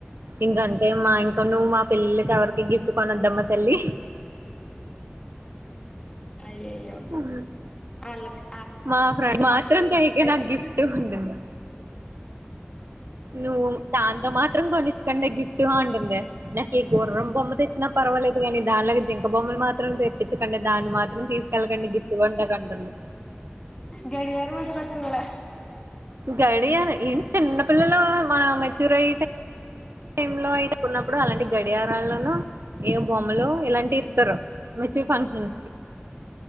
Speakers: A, on the right; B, on the left.
A: ఇంకంటే మా ఇంక నువ్వు మా పెల్లిలకి ఎవరికి గిఫ్ట్ కొనొద్దమ్మా తల్లి
B: అయ్యయ్యో
A: హ్మ్.
B: అళ్ళకి
A: మా ఫ్రండ్ మాత్రం తేకే నాకు
B: ఫేస్
A: గిఫ్ట్ అంటుంది నువ్వు దాంతో మాత్రం కొనిచ్చకండే గిఫ్ట్ అంటుంది నాకు ఈ గుర్రం బొమ్మ తెచ్చినా పర్వాలేదు కాని దానిలాగా జింక బొమ్మలు మాత్రం తెప్పించకండి దాన్ని మాత్రం తీసుకెళ్కండి గిఫ్ట్ కొంటాకి అంటుంది
B: గడియారం అట్టు కొత్తందే
A: గడియార ఎన్ చిన్నా పిల్లలూ మా మెచ్యూరై టేమ్ లో అయినప్పుడు నప్పుడు అలాంటి గడియారాలను ఏ బోమ్లు ఇలాంటివి ఇత్తరు వచ్చే ఫంక్షన్